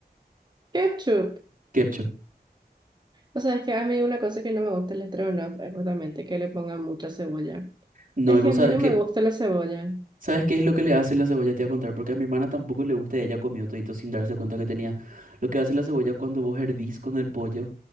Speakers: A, on the right; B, on the right.
A: Ketchup.
B: ketchup.
A: O sea, es que a mí una cosa que no me gusta el estrogonofe es justamente que le pongan mucha cebolla.
B: No,
A: Es
B: y
A: que
B: vos
A: a mí
B: sabes
A: no
B: que,
A: me gusta la cebolla.
B: ¿sabes qué es lo que le hace la cebolla? Te voy a contar, porque a mi hermana tampoco le gusta, ella comió todito sin darse cuenta que tenía. Lo que hace la cebolla cuando vos hervís con el pollo.